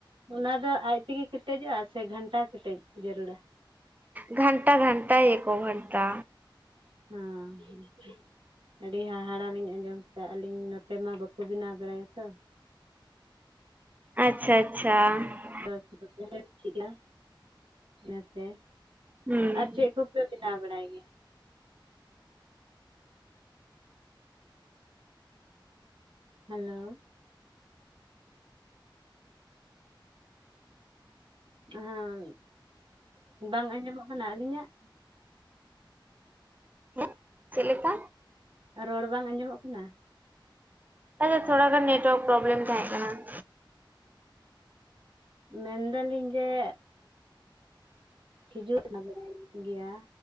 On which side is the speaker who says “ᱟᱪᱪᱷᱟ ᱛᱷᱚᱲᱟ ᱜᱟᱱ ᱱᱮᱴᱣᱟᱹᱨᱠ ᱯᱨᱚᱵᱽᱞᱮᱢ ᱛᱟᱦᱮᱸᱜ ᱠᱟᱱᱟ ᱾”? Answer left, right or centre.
Right